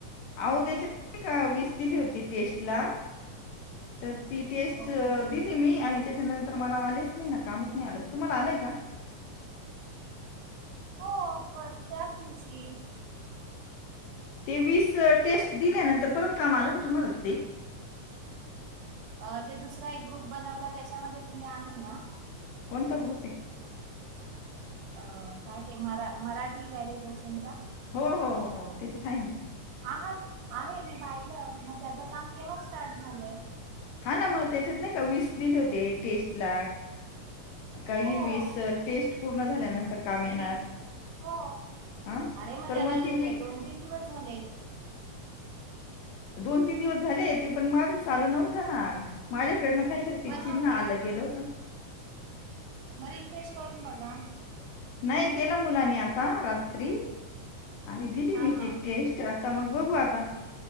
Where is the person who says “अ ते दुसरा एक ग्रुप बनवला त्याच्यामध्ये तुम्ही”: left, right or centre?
Right